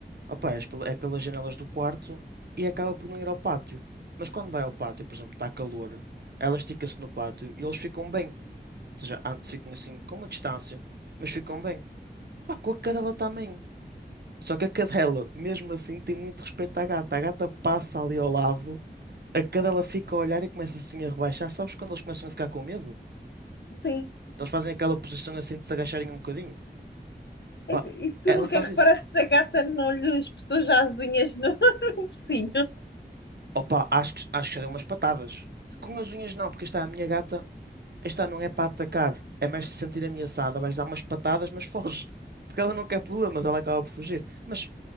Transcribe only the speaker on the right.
opá, é, pel- é pelas janelas do quarto e acaba por não ir ao pátio. Mas quando vai ao pátio, por exemplo, está calor, ela estica-se no pátio e eles ficam bem. Ou seja, antes ficam assim com uma distância, mas ficam bem. Pá, com a cadela também. Só que a cadela, mesmo assim, tem muito respeito à gata. A gata passa ali ao lado, a cadela fica a olhar e começa assim a rebaixar. Sabes quando eles começam a ficar com medo?
Eles fazem aquela posição assim de se agacharem um bocadinho. Pá,
ela
faz
isso.
Opa, acho que, acho que já dei umas patadas. Com as unhas não, porque esta é a minha gata, esta não é para atacar, é mais se sentir ameaçada, vais dar umas patadas, mas foge. Porque ela não quer problemas, ela acaba por fugir. Mas,